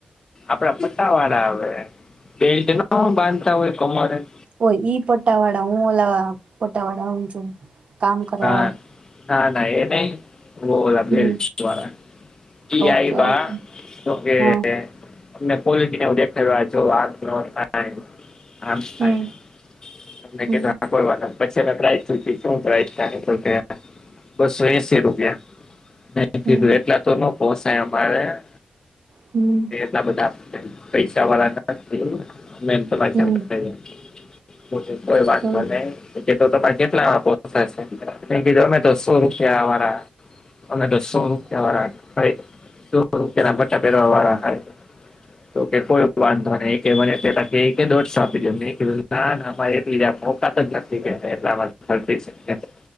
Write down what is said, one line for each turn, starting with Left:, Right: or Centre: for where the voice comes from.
Left: આપડા પટ્ટાવાળા આવે બેલ્ટ ના બાંધતા હોય કમરે
Right: ઓ ઈ પટાવાળા હું ઓલા પટાવાળા હમજુ. કામ કરવા
Left: હા
Right: વાળા
Left: ના ના એ નહીં. હું ઓલા
Right: હમ
Left: બેલ્ટ વાળા
Right: ઓકે
Left: ઈ આયવા
Right: ઓકે
Left: તો કે
Right: હા
Left: તમને કોલિટીને એવું દેખાડવા આ જોવા આ ત્રણ થાય. આમ થાય
Right: હમ
Left: તમને
Right: હમ
Left: કીધું હા કોઈ વાત નહીં પછે નો પ્રાઈઝ શું છે શું થાય. <inaudible> બસો એસી રૂપિયા મેં
Right: હમ
Left: કીધું એટલા તો નો પોષાય અમારે
Right: હમ
Left: અમે એટલા બધા પૈસાવાળા નથી અમે તમારી જેમ
Right: હમ હમ
Left: જ રહીએ તો કે કોઈ વાંધો
Right: હમ
Left: નઈ ઓકે તો તમારે કેટલા આવા પોસાશે. મેં કીધું અમે તો સો રૂપિયા વાળા અમે તો સો રૂપિયાવાળા સો રૂપિયાના પટ્ટા પહેરવાવાળા હઇ તો કે કોઈ વાંધો નઈ કે મને પેલા કે કે દોઢસો આપી દો મેં કીધું ના ના ભાઈ એટલી આ મોંધ તાકાત જ નથી એટલા <inaudible> એમ